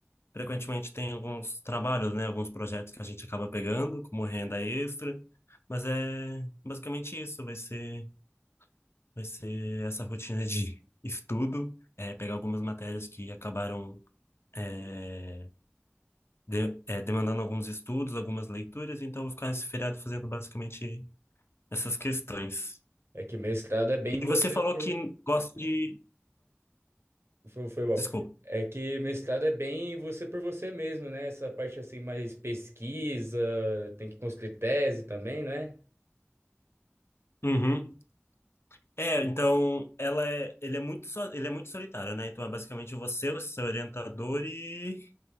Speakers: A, on the left (about 65°); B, on the right (about 70°).
A: frequentemente tem alguns trabalhos, né? Alguns projetos que a gente acaba pegando como renda extra, mas é basicamente isso, vai ser, vai ser essa rotina de estudo, é, pegar algumas matérias que acabaram é, de- é, demandando alguns estudos, algumas leituras, então eu vou ficar esse feriado fazendo basicamente essas questões.
B: É que mestrado é bem você
A: E você falou
B: por,
A: que gosta de.
B: Foi, foi bom.
A: Desculpa.
B: É que mestrado é bem você por você mesmo, né? Essa parte assim, mais pesquisa, tem que construir tese também, né?
A: Uhum. É, então ela é, ele é muito, so- ele é muito solitário, né? Então é basicamente você, o seu orientador e